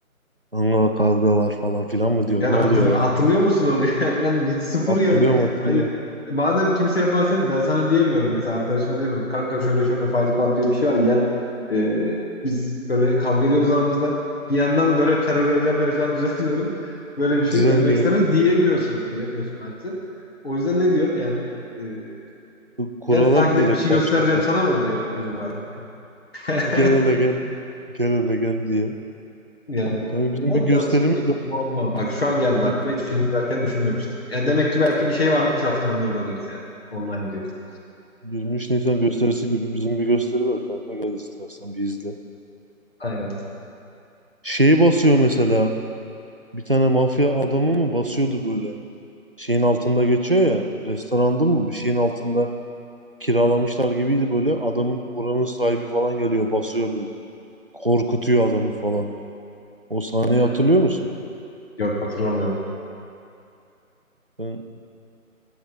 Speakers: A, on the right; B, on the left.
A: Kanka kavga var falan filan mı diyor.
B: Yani
A: Ne oluyor
B: hatırla,
A: yani?
B: hatırlıyor musun onu? <laughs> Yani ben hiç sıfır
A: Hatırlıyorum
B: yani.
A: hatırlıyorum.
B: Hani madem kimseye bahset ben sana diyemiyorum mesela arkadaşıma diyemiyorum. Kanka şöyle şöyle Fight Club diye bir şey var gel. Ee, biz böyle kavga ediyoruz aramızda. Bir yandan böyle terör eylemleri falan <laughs> düzenliyoruz. Böyle bir şey
A: Düzenliyoruz.
B: gelmek ister misin? Diyemiyorsun. Diyemiyorsun maalesef. O yüzden ne diyorsun yani? Ee,
A: Kurallar
B: gel takip
A: direkt
B: et bir şey
A: karşı
B: göstereceğim
A: çıkan.
B: sana mı diyor acaba? <laughs>
A: Gel hele gel. Gel hele gel diye.
B: Yani
A: Kanka bizim
B: o
A: bir gösterimiz
B: biraz şey
A: var.
B: muamma. Bak şu an geldi
A: Bir-
B: aklıma hiç film izlerken düşünmemiştim. Yani demek ki belki bir şey vardı biz hatırlamıyor olabiliriz yani. Online girişte.
A: 23 Nisan gösterisi gibi bizim bir gösteri var kanka. Gel istersen bir izle.
B: Aynen.
A: Şeyi basıyor mesela. Bir tane mafya adamı mı basıyordu böyle. Şeyin altında geçiyor ya. Restoranda mı? Bir şeyin altında kiralamışlar gibiydi böyle. Adamın oranın sahibi falan geliyor basıyor böyle. Korkutuyor adamı falan. O sahneyi
B: Hmm.
A: hatırlıyor musun?
B: Yok hatırlamıyorum.
A: Ben